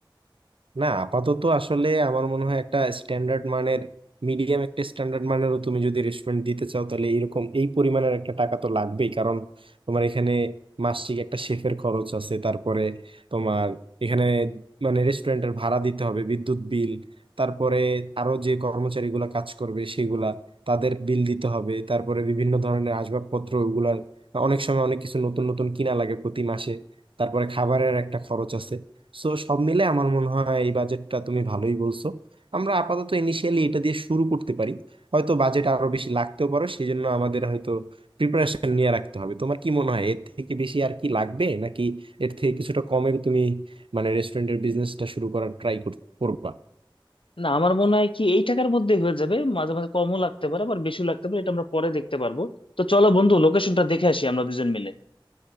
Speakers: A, on the right (about 80°); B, on the left (about 80°).
A: না আপাতত আসলে আমার মনে হয় একটা স্ট্যান্ডার্ড মানের মিডিয়াম একটা স্ট্যান্ডার্ড মানেরও তুমি যদি রেস্টুরেন্ট দিতে চাও তাহলে এরকম এই পরিমাণের একটা টাকা তো লাগবেই কারণ তোমার এখানে মাসিক একটা শেফের খরচ আছে তারপরে তোমার এখানে মানে রেস্টুরেন্টের ভাড়া দিতে হবে বিদ্যুৎ বিল তারপরে আরো যে কর্মচারীগুলা কাজ করবে সেগুলা তাদের বিল দিতে হবে তারপরে বিভিন্ন ধরনের আসবাবপত্র ওগুলার অনেক সময় অনেক কিছু নতুন নতুন কিনা লাগে প্রতি মাসে তারপরে খাবারের একটা খরচ আছে সো সব মিলে আমার মনে হয় এই বাজেটটা তুমি ভালোই বলছো আমরা আপাতত ইনিশিয়ালি এটা দিয়ে শুরু করতে পারি হয়তো বাজেট আরো বেশি লাগতেও পারো সেই জন্য আমাদের হয়তো প্রিপারেশন নিয়ে রাখতে হবে তোমার কি মনে হয় এর থেকে বেশি আর কি লাগবে নাকি এর থেকে কিছুটা কমে তুমি মানে রেস্টুরেন্টের বিজনেসটা শুরু করার ট্রাই করবা
B: না আমার মনে হয় কি এই টাকার মধ্যে হয়ে যাবে মাঝে মাঝে কমও লাগতে পারে আবার বেশিও লাগতে পারে এটা আমরা পরে দেখতে পারবো তো চলো বন্ধু লোকেশনটা দেখে আসি আমরা দুজন মিলে